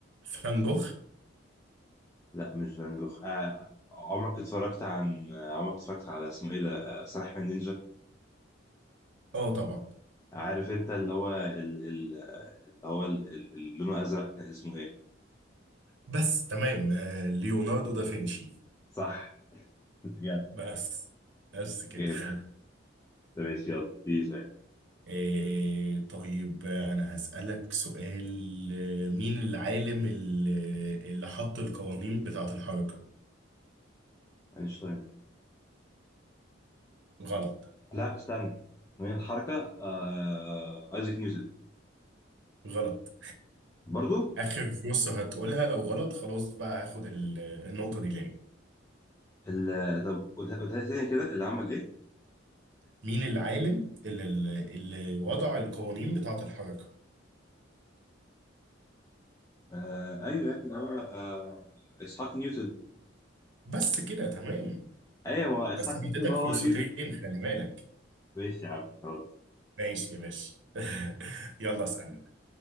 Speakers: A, on the right; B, on the left.
A: فان جوخ
B: لا مش فان جوخ آه عمرك اتفرجت عن آه، عمرك اتفرجت على اسمه إيه ده آه سلاحف النينجا؟
A: اه طبعا
B: عارف أنت اللي هو ال... ال... آه، اللي هو ال... ال- اللي لونه أزرق كان اسمه إيه؟
A: بس تمام آه ليوناردو دافنشي
B: صح <laughs> جامد
A: بس بس كده
B: جامد
A: <laughs>
B: طب ماشي يلا بيزو يعني
A: آه طيب آه، أنا هسألك سؤال آه مين العالم اللي, اللي حط القوانين بتاعة الحركة
B: أينشتاين
A: غلط
B: لا استنى من الحركه آه... ايزاك نيوتن
A: غلط
B: برضو
A: آخر فرصة هتقولها لو غلط خلاص بقى هاخد ال- النقطة دي ليا
B: ال... طب قولها قولها لي تاني كده اللي عمل ايه
A: مين العالم اللي, اللي وضع القوانين بتاعة الحركة
B: آه... ايوه يا ابني اللي هو آه... اسحاق نيوتن
A: بس كده تمام
B: ايوه ما هو اسحاق
A: بس انا
B: نيوتن
A: اديتك
B: هو
A: فرصتين
B: نيوتن
A: خلي بالك
B: ماشي يا عم خلاص
A: ماشي يا باشا <laughs> يلا اسألنا